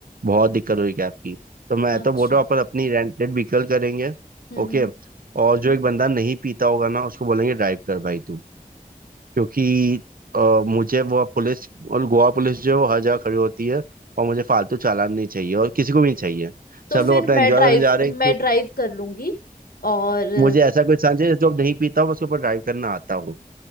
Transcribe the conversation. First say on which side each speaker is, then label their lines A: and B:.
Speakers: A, on the right (about 70°); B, on the left (about 85°).
A: बहुत दिक्कत हुई कैब की तो मैं
B: अच्छा
A: तो बोल रहा हूँ अपन अपनी रेंटेड व्हीकल करेंगे
B: हम्म
A: ओके
B: हम्म
A: और जो एक बंदा नहीं पीता होगा ना उसको बोलेंगे ड्राइव कर भाई तू क्योंकि अ, मुझे वो पुलिस और गोवा पुलिस जो है वो हर जगह खड़ी होती है और मुझे फालतू चालान नहीं चाहिए और किसी को भी नहीं चाहिए
B: तो
A: सब
B: फिर
A: लोग अपना एंजॉय
B: मैं ड्राइव
A: करने जा रहे
B: मैं
A: हैं
B: ड्राइव कर लूंगी और
A: मुझे ऐसा कोई सांचे जो नहीं पीता हूँ उसके ऊपर ड्राइव करना आता हूँ